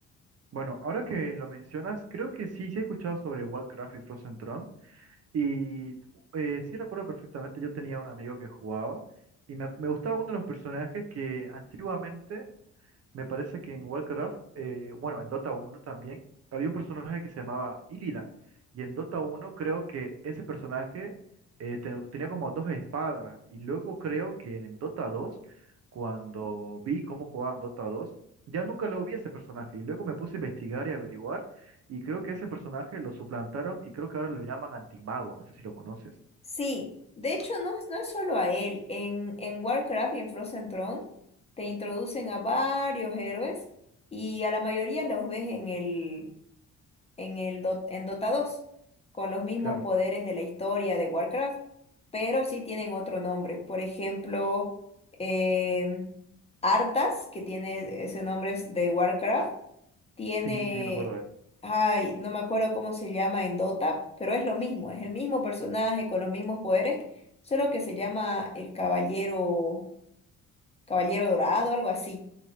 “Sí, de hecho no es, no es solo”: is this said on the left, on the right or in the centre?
Left